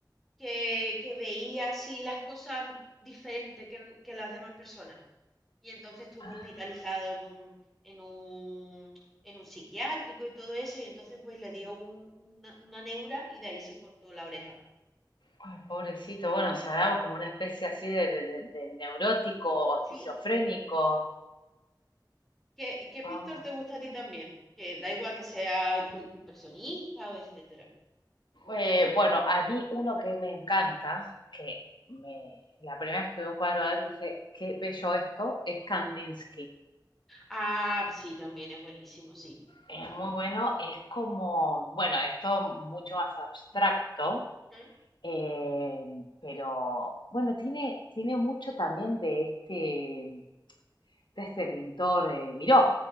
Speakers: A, in the centre; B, on the left.
A: que, que veía así las cosas diferentes que que las demás personas y entonces estuvo
B: ah,
A: hospitalizado en un, en un, en un psiquiátrico y todo eso, y entonces pues le dio un- una, una neura y de ahí se cortó la oreja.
B: ay, pobrecito. Bueno, será como una especie así de, de- de- de neurótico o esquizofrénico.
A: Sí, ¿qué, qué pintor
B: Ah.
A: te gusta a ti también? Que da igual que sea impre- impresionista o etcétera.
B: Eh, bueno, a mí uno que me encanta, que me, la primera vez que vi un cuadro de él dije, qué bello esto, es Kandinsky.
A: Ah, sí, también es buenísimo, sí.
B: Es muy bueno, es como, bueno, esto mucho más abstracto,
A: Ujú.
B: eh, pero bueno, tiene, tiene mucho también de este, de este pintor eh, Miró.